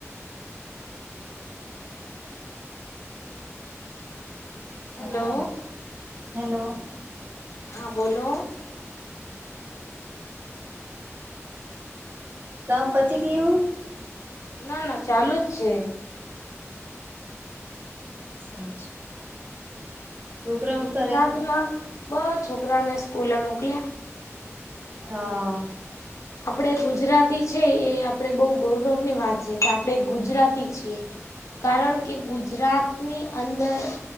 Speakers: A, on the right; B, on the left.
A: સારું,
B: હેલો
A: હેલો.
B: હા, બોલો.
A: તમે પછી કેવું.
B: ના, ના, ચાલુ જ છે.
A: સાચું. છોકરાઓ
B: ગુજરાત
A: કરે
B: માં બ છોકરાને સ્કૂલે મોકલ્યા.
A: હા.
B: હમ આપણે ગુજરાતી છીએ, આપણેે બહુ ગૌરવની વાત છે કે આપણે ગુજરાતી છીએ. કારણ કે ગુજરાતની અંદર.